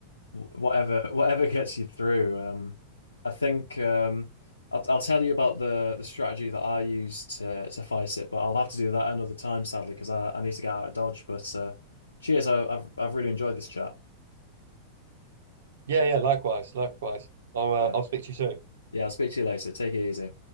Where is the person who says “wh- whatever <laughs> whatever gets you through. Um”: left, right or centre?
Left